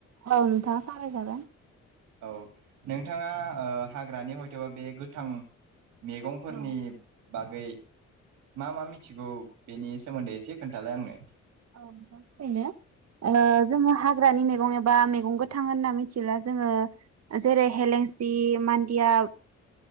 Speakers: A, on the right; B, on the right.
A: औ नोंथां सावराय जागोन।
B: औ नोंथाङा हाग्रानि हयथ'बा बे गोथां। मेगंफोरनि
A: औ
B: बागै मा मा मिथिगौ। बेनि सोमोन्दै एसे खोन्थालाय आंनो।
A: औ नोंथां थारैनो जोङो हाग्रानि मैगं एबा मैगं गोथा होनना मिथिब्ला जोङो जेरै हेलेंसि मान्दिया